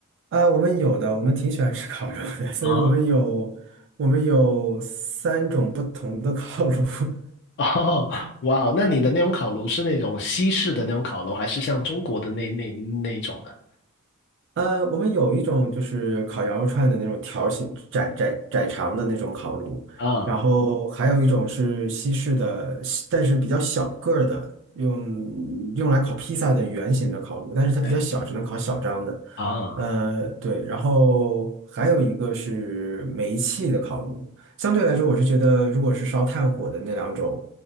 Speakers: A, on the right; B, on the left.
A: 啊，我们有的，我们挺喜欢吃烤肉的，所以我们有我们有三种不同的烤炉，
B: 啊
A: <laughs>
B: <laughs>，哦，哇哦，那你的那种烤炉是那种西式的那种烤炉，还是像中国的那那那一种的？
A: 呃，我们有一种就是烤羊肉串的那种条形窄窄窄长的那种烤炉，
B: 啊，
A: 然后还有一种是西式的，西但是比较小个儿的，用用来烤披萨的圆形的烤炉，但是它比较小，
B: 对 <clears throat>
A: 只能烤小张的。
B: 啊，
A: 呃，对，然后还有一个是煤气的烤炉。相对来说，我是觉得如果是烧炭火的那两种，